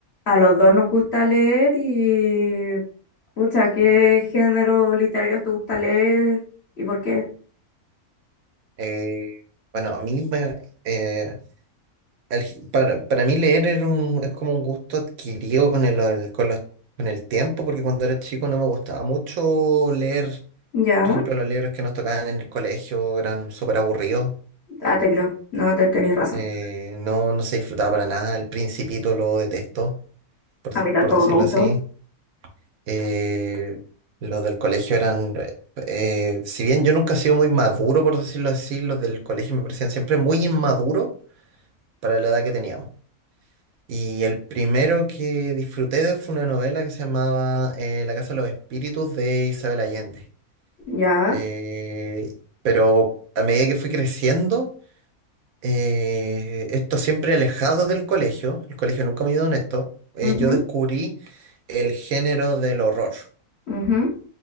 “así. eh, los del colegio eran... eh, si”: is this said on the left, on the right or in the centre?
Right